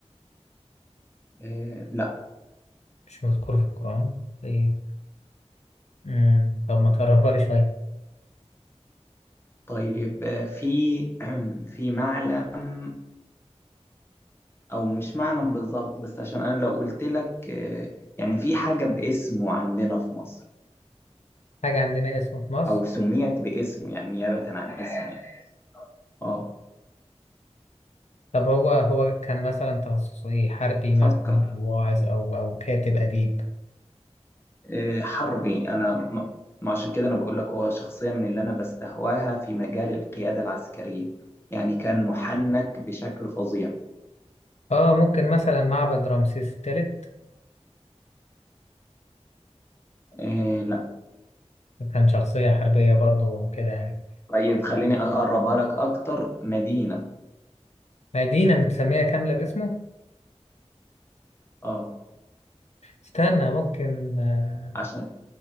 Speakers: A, on the left; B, on the left.
A: آه، لا
B: مش مذكور في القرآن طيب مم. طب ما تقربها لي شوية
A: طيب آه، في <clears throat> في معلم أو مش معلم بالظبط بس عشان أنا لو قلت لك آه، يعني في حاجة باسمه عندنا في مصر
B: حاجة عندنا اسمه في مصر
A: أو سميت باسمه يعني نيابة عن اسمه يعني اه
B: طب هو هو كان مثلا تخصصه ايه حربي
A: فكر
B: مثلا أو واعظ او او كاتب اديب
A: آه، حربي أنا ما ما عشان كده أنا بقول لك هو شخصية من اللي أنا بستهواها في مجال القيادة العسكرية يعني كان محنك بشكل فظيع
B: اه ممكن مثلا معبد رمسيس الثالث
A: آه لا
B: كان شخصية حربية برضو كده يعني
A: طيب خليني أقربها لك أكتر مدينة
B: مدينة متسمية كاملة باسمه
A: اه
B: استنى ممكن آه
A: عشان